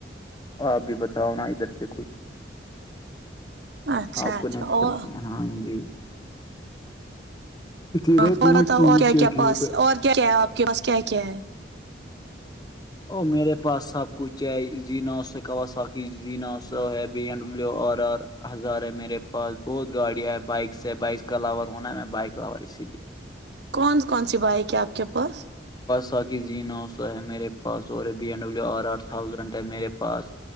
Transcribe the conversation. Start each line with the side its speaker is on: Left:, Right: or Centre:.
Left: آپ بھی بتاؤ نا ادھر سے کچھ
Right: اچھا
Left: آپ کو
Right: اچھا
Left: نیٹ
Right: اور
Left: ورک میں۔ ہاں جی اسی لیے
Right: اور
Left: بہت
Right: بتاؤ
Left: نیند
Right: اور کیا
Left: چڑ
Right: کیا پاس
Left: رہی ہے ابی
Right: اور کیا کیا ہے آپ کے پاس کیا کیا ہے
Left: میرے پاس سب کچھ ہے ن سےا ساکی نو ہے بی ڈو آر آر ہزار ہے میرے پا بہت گاڑیاں ہیں بائک سے بائک کا لاور ہونا میں بائک لاور اسی لیے
Right: کون کون سی بائک ہے آپ کے پاس
Left: خاکیین سو ہے میرے پاس اور بیین بی ام دبلو آر آر تھازینڈ ہے میرے پاس